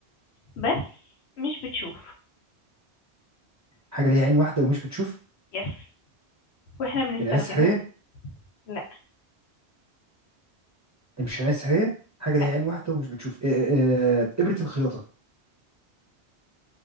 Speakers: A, on the left (about 75°); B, on the right (about 20°).
A: بس مش بتشوف
B: حاجه ليها عين واحده ومش بتشوف
A: يس واحنا بنستخدمها
B: العين السحريه
A: لا
B: مش العين السحريه حاجه
A: لا
B: ليها عين واحده ومش بتشوف إيه إيه إيه، ابره الخياطه